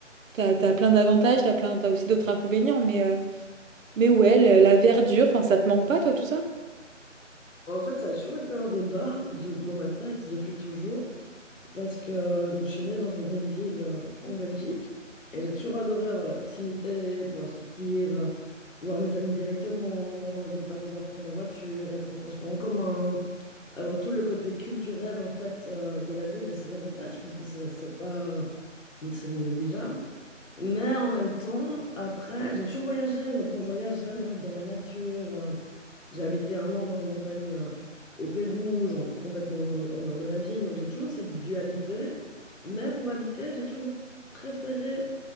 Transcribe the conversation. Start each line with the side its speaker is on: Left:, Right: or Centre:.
Right: T'as, t'as plein d'avantages, t'as plein, t'as aussi d'autres inconvénients, mais, euh, mais ouais, le- la verdure, enfin, ça te manque pas, toi, tout ça?
Left: En fait, ça a toujours été un débat de- dans ma tête depuis toujours, parce que donc, je suis née dans une grande ville euh, en Belgique, et j'ai toujours adoré avoir la proximité, pouvoir sortir, euh, voir mes amis directement, euh, ne pas devoir prendre la voiture, être en transport en commun, avoir tout le côté culturel en fait euh, de la ville et ses avantages, parce que c'est c'est pas, euh, c'est non négligeable. Mais en même temps, après, j'ai toujours voyagé. Donc, quand je voyage, j'aime dans- être dans la nature. Euh, J'ai habité un an dans les montagnes euh, au Pérou, genre complètement en dehors, en dehors de la ville. Donc, j'ai toujours eu cette dualité. Mais pour habiter, j'ai toujours préféré